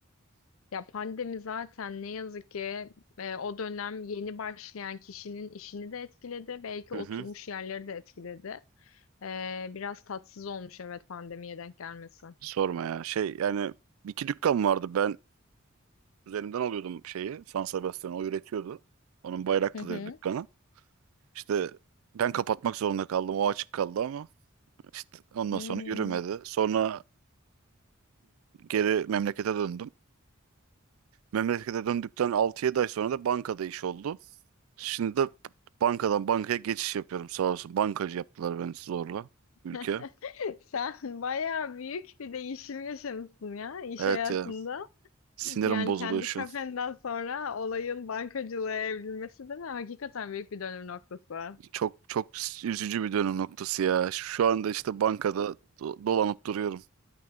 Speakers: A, on the left; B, on the right.
A: Ya pandemi zaten ne yazık ki e, o dönem yeni başlayan kişinin işini de etkiledi. Belki
B: Hı
A: oturmuş
B: hı.
A: yerleri de etkiledi. E, biraz tatsız olmuş evet pandemiye denk gelmesi.
B: Sorma ya. Şey yani iki dükkan vardı. Ben üzerimden alıyordum şeyi. San Sebastian o üretiyordu. Onun Bayraklı'da
A: Hı hı.
B: dükkanı. İşte ben kapatmak zorunda kaldım. O açık kaldı ama işte ondan
A: Hmm.
B: sonra yürümedi. Sonra geri memlekete döndüm. Memlekete döndükten altı yedi ay sonra da bankada iş oldu. Şimdi de bankadan bankaya geçiş yapıyorum sağ olsun. Bankacı yaptılar beni zorla ülke.
A: <laughs> Sen bayağı büyük bir değişim yaşamışsın ya iş
B: Evet
A: hayatında.
B: ya sinirim
A: Yani
B: bozuluyor
A: kendi
B: şu
A: kafenden
B: an.
A: sonra olayın bankacılığa evrilmesi değil mi? Hakikaten büyük bir dönüm noktası.
B: Çok çok üzücü bir dönüm noktası ya. Şu anda işte bankada do- dolanıp duruyorum.